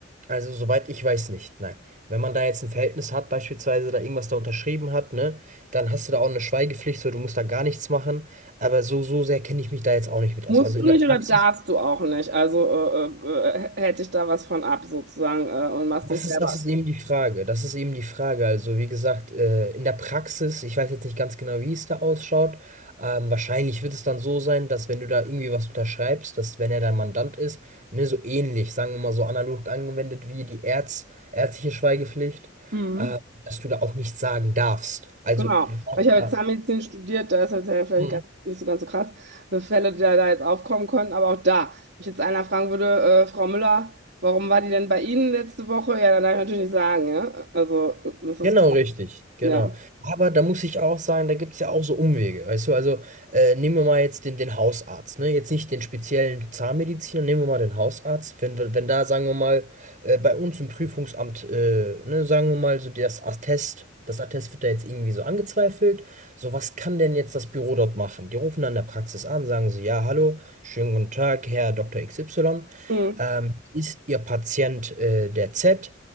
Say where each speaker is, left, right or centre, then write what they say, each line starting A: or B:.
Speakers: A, on the right; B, on the right.
A: Also, soweit ich weiß nicht, nein. Wenn man da jetzt ein Verhältnis hat, beispielsweise da irgendwas da unterschrieben hat, ne, dann hast du da auch eine Schweigepflicht, so du musst da gar nichts machen. Aber so, so sehr kenne ich mich da jetzt auch nicht mit
B: Musst
A: aus. Also in
B: du
A: der
B: nicht
A: Praxis.
B: oder darfst du auch nicht? Also äh, äh, äh, hätte ich da was von ab sozusagen äh, und machst
A: Das
B: dich selber.
A: ist, das ist eben die Frage. Das ist eben die Frage. Also, wie gesagt, äh, in der Praxis, ich weiß jetzt nicht ganz genau, wie es da ausschaut. Ähm, wahrscheinlich wird es dann so sein, dass wenn du da irgendwie was unterschreibst, dass wenn er dein Mandant ist, ne, so ähnlich, sagen wir mal so analog angewendet wie die Ärz, ärztliche Schweigepflicht,
B: Mhm.
A: äh, dass du da auch nichts sagen darfst. Also,
B: Genau,
A: du darfst
B: weil ich habe
A: da.
B: jetzt Zahnmedizin studiert, da ist jetzt ja vielleicht
A: So.
B: ganz, nicht so ganz so krass, für Fälle, die da, da jetzt aufkommen können, aber auch da, wenn ich jetzt einer fragen würde, äh, Frau Müller, warum war die denn bei Ihnen letzte Woche? Ja, dann darf ich natürlich nicht sagen, ja. Also, äh, das ist
A: Genau,
B: krass,
A: richtig, genau.
B: ja.
A: Aber da muss ich auch sagen, da gibt es ja auch so Umwege, weißt du, also äh, nehmen wir mal jetzt den, den Hausarzt, ne? Jetzt nicht den speziellen Zahnmediziner, nehmen wir mal den Hausarzt. Wenn, wir- wenn da, sagen wir mal, äh, bei uns im Prüfungsamt, äh, ne, sagen wir mal, so das Attest, das Attest wird da jetzt irgendwie so angezweifelt. So, was kann denn jetzt das Büro dort machen? Die rufen dann in der Praxis an, sagen so, ja, hallo, schönen guten Tag, Herr Dr. XY.
B: Hm,
A: Ähm, ist Ihr Patient äh, der Z?